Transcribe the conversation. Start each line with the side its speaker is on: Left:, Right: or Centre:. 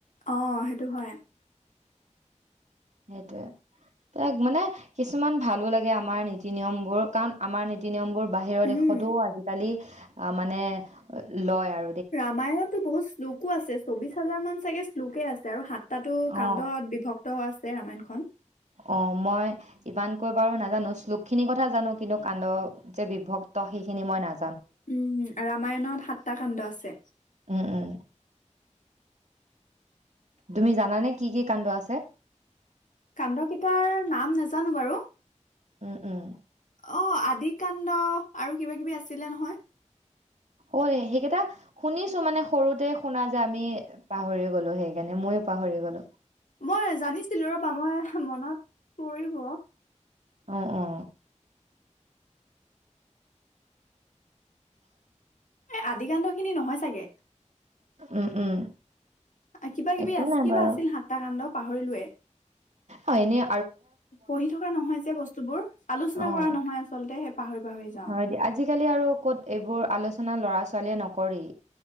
Left: অ' সেইটো হয়।
Right: সেইটোয়ে তাক মানে কিছুমান ভালো লাগে আমাৰ নীতি নিয়ম বোৰ কাৰণ আমাৰ নীতি নিয়ম বোৰ বাহিৰৰ
Left: উম,
Right: দেশতো আজিকালি অ মানে লয় আৰ
Left: ৰামায়ণতো বহুত শ্লোকো আছে। চৌবিশ হাজাৰ মান চাগে শ্লোকে আছে আৰু <unintelligible> তাতো
Right: অ
Left: কাণ্ডত বিভক্ <unintelligible> ৰামায়ণখন।
Right: অ' মই ইমানকৈ বাৰু নাজানো শ্লোক খিনিৰ কথা জানো কিন্তু কাণ্ড যে বিভক্ত সেইখিনি মই না
Left: উম। ৰামায়ণত সাতটা কাণ্ড আছে।
Right: উম উম তুমি জানানে কি কি কাণ্ড আছে?
Left: কাণ্ড কেইটাৰ নাম নাজানো বাৰু।
Right: উম উম।
Left: অ' আদিকান্ড আৰু কিবা কিবি আছিলে নহয়।
Right: অই সেইকেইটা শুনিছো মানে সৰুতে শুনা যে আমি পাহৰিয়ে গলো সেইকাৰণে মইয়ো পাহৰি গলো।
Left: মই জানিছিলো ৰবা মই মনত পৰিব।
Right: অ' অ'।
Left: এ আদিকাণ্ড খিনি নহয় চাগে।
Right: উম উম।
Left: কিবা কিবি
Right: একো
Left: আছি
Right: নাই
Left: - কিবা
Right: বাৰু
Left: আছিল সাতটা কাণ্ড। পাহৰিলোৱে।
Right: অ এনেই
Left: পঢ়ি থকা নহয় যে বস্তুবোৰ আলোচনা
Right: অ',
Left: কৰা নহয় আচলতে পাহৰি পাহৰি যাওঁ।
Right: হয় দিয়া। আজিকালি আৰু ক'ত এইবোৰ আলোচনা ল'ৰা ছোৱালীয়ে নকৰেই